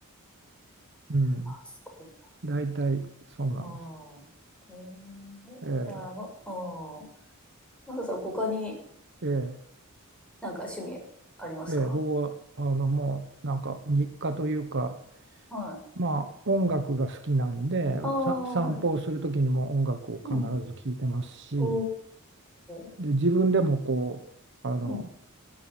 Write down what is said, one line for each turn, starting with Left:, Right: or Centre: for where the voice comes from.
Right: うん、
Centre: あ、すごいな。
Right: 大体そうなんです。
Centre: うん。ええ。いやー、
Right: え
Centre: ま、うん。マサさん、他に
Right: ーえー
Centre: なんか趣味ありますか
Right: えー僕はあのもうなんか日課というか、
Centre: はい。
Right: まあ、音楽が好きなんで、
Centre: ああ、
Right: さ散歩をする時にも音楽を必ず聴いてますし、
Centre: はい。うん。おー。
Right: で自分でもこうあの
Centre: うん。